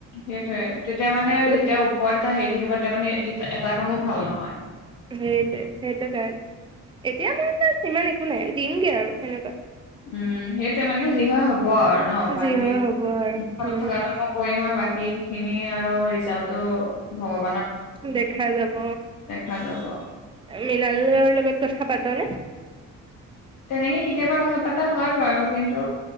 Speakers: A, on the left; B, on the right.
A: সেইটোয়ে তেতিয়া মানে
B: এটা
A: যেতিয়া ওপৰত এটা হেৰি থাকিব তেতিয়া মানে এটা কামো ভাল নহয়
B: সেইটোৱ সেইটোৰ কাৰণে এতিয়া মানে এটা সিমান একো নাই দিমগে আৰু সেনেকুৱা
A: উম সেইটোৱে মানে যি হয় হ'ব আৰু ন বাকী
B: যি হয় হ'ব আৰু
A: <unintelligible>
B: উম
A: থকাটো মই কৰিম আৰু বাকী খিনি আৰু হিচাপটো ভগাব
B: দেখা যাব
A: দেখা যাব
B: মৃণালৰ লগত কথা পাতনেে
A: তেনেকে কেতিয়াবা কথাা এটা হয় বাৰু কিন্তু